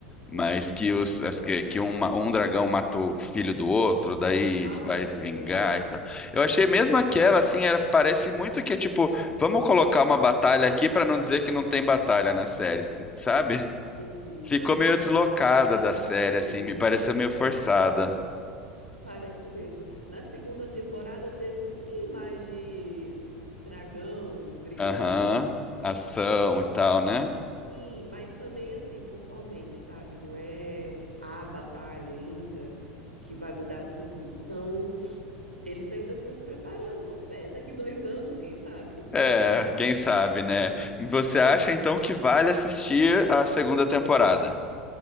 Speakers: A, on the right; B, on the left.
A: Hum.
B: Mas que, os, as que, que uma- um dragão matou o filho do outro, daí
A: Ah,
B: vai se vingar
A: aham,
B: e tal. Eu achei mesmo aquela, assim, era, parece muito que é tipo, vamos colocar uma batalha aqui pra não dizer que não tem batalha na série, sabe?
A: entendi.
B: Ficou
A: Aham.
B: meio deslocada
A: Parece
B: da série,
A: mesmo.
B: assim, me pareceu meio forçada.
A: Parece mesmo. Na segunda temporada tem um pouquinho mais de dragão brigando,
B: Aham,
A: sabe?
B: ação
A: Tem,
B: e tal, né?
A: sim, mas também assim, pontualmente, sabe? Não é a batalha ainda que vai mudar tudo. Então, eles ainda estão se preparando. Vamos ver, daqui dois anos, quem sabe, não começa.
B: É, quem sabe, né?
A: <laughs>
B: Você acha então que vale assistir a segunda temporada?